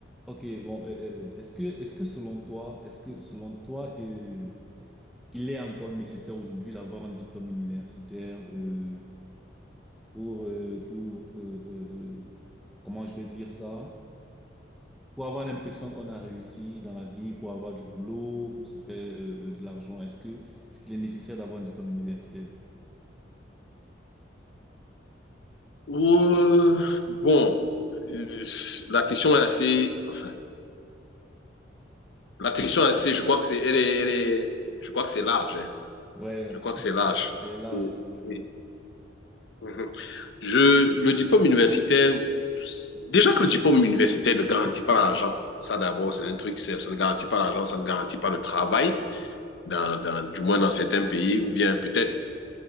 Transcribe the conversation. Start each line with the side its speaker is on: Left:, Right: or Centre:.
Centre: Ok, bon, euh, euh, est-ce que, est-ce que selon toi, est-ce que selon toi, euh, il est encore nécessaire aujourd'hui d'avoir un diplôme universitaire euh, pour, euh, pour euh, euh, euh, comment je vais dire ça, pour avoir l'impression qu'on a réussi dans la vie, pour avoir du boulot, pour se faire euh, euh, de l'argent, est-ce que, est-ce qu'il est nécessaire d'avoir un diplôme universitaire?
Left: Ouh, bon, euh, la question est assez, enfin, la question est assez, je crois que c'est, elle est, elle est, je crois que c'est large, hein.
Centre: Ouais, la
Left: Je
Centre: question
Left: crois que c'est large.
Centre: elle est large. elle est large, oui.
Left: Et- Mhm. Je, le diplôme universitaire, déjà que le diplôme universitaire ne garantit pas l'argent, ça d'abord, c'est un truc, c'est- ça ne garantit pas l'argent, ça ne garantit pas le travail, dans, dans, du moins dans certains pays, ou bien peut-être,